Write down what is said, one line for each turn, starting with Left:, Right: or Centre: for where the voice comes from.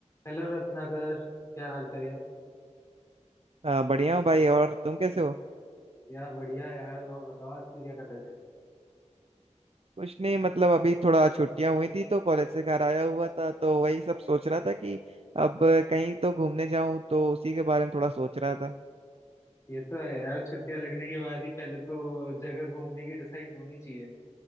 Left: हेलो रत्नाकर क्या हाल चाल यार
Right: आ, बढ़िया हूँ भाई और तुम कैसे हो
Left: यार बढ़िया यार और बताओ आजकल क्या कर रहे थे
Right: कुछ नहीं मतलब अभी थोड़ा छुट्टियां हुई थी तो कॉलेज से घर आया हुआ था तो वही सब सोच रहा था कि अब कहीं तो घूमने जाऊं तो उसी के बारे में थोड़ा सोच रहा था
Left: ये तो है यार छुट्टियां लगने के बाद ही पहले तो जगह घूमने की डिसाइड होनी चाहिए